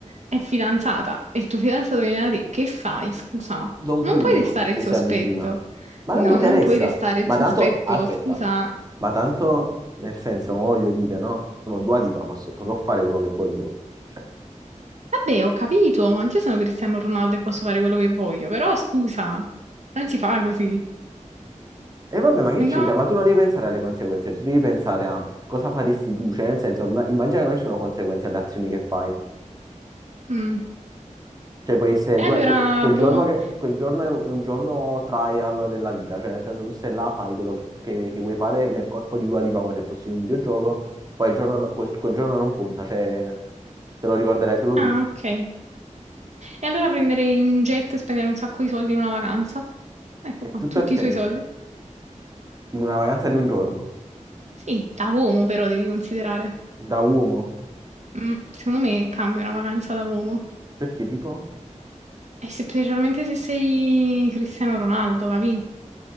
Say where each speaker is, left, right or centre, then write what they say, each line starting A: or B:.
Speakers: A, on the right; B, on the right.
A: è fidanzata e il tuo fidanzato viene da te, che fai? Scusa,
B: do un
A: non
B: pugno
A: puoi restare
B: se
A: il sospetto.
B: si avvicina. Ma
A: No,
B: non mi interessa.
A: non puoi restare il
B: Ma
A: sospetto,
B: tanto, aspetta,
A: scusa.
B: ma tanto nel senso, mo voglio dire, no? Sono Dua Lipa, posso, potrò fare quello che voglio. Cioè,
A: Vabbè, ho capito, ma anch'io sono Cristiano Ronaldo e posso fare quello che voglio, però scusa, non si fa così.
B: e vabbè, ma che
A: Eh
B: c'entra?
A: No,
B: Ma tu non devi pensare alle conseguenze, tu devi pensare a cosa faresti tu, cioè nel senso, ma- immagina che non ci sono conseguenze alle azioni che fai.
A: mm.
B: Cioè, può essere
A: E
B: due,
A: allora,
B: que- quel
A: boh.
B: giorno, che, quel giorno è un è un giorno trial della vita, cioè nel senso tu stai là, fai quello che, che- che vuoi fare nel corpo di Dua Lipa come se fossi in un videogioco, poi il giorno do- quel, quel giorno non conta, cioè te lo ricorderai solo
A: Ah,
B: tu.
A: ok. E allora prenderei un jet e spendere un sacco di soldi in una vacanza. Ecco
B: È
A: qua,
B: tutto,
A: tutti
B: cioè,
A: i suoi soldi.
B: in una vacanza di un giorno,
A: Sì, da uomo però devi considerare.
B: da uomo,
A: Mm, secondo me cambia una vacanza da uomo.
B: perché tipo?
A: E se- specialmente se sei Cristiano Ronaldo, capì?